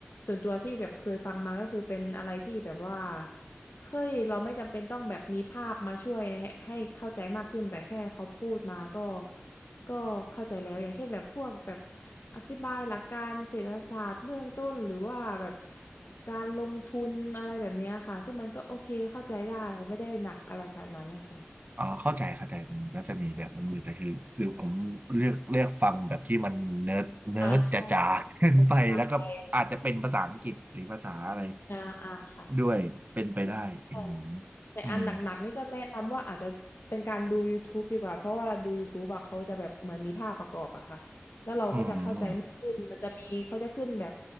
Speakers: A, on the left; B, on the right.
A: ส่วนตัวที่แบบเคยฟังมาก็คือเป็นอะไรที่แบบว่าเฮ้ยเราไม่จำเป็นต้องแบบมีภาพมาช่วยให้ให้เข้าใจมากขึ้นแต่แค่เขาพูดมาก็ ก็เข้าใจแล้วอย่างเช่นแบบพวกแบบอธิบายหลักการเศรษฐศาสตร์เบื้องต้นหรือว่าแบบการลงทุนอะไรแบบเนี้ยค่ะซึ่งมันก็โอเคเข้าใจได้ไม่ได้หนักอะไรขนาดนั้นนะคะ
B: อ่าเข้าใจเข้าใจมันก็จะมีแบบนั้นอยู่แต่คือคือผมเลือกเลือกฟังแบบที่มันเนิร์ดเนิร์ดจ๋าๆขึ้นไปแล้วก็อาจจะเป็นภาษาอังกฤษหรือภาษาอะไร
A: อ่าใช่ภาษาไทยอ่าอ่าค่
B: ด้วยเป็นไปได้อืม
A: ะ แต่อันหนักๆนี่ก็แนะนำว่าอาจจะเป็นการดู
B: อืม
A: YouTube ดีกว่าเพราะว่าเวลาดู YouTube อะเขาจะแบบเหมือนมีภาพประกอบอะค่ะแล้วเราก็จะเข้าใจมากขึ้นมันจะมีเขาจะขึ้นแบบ
B: อืมอม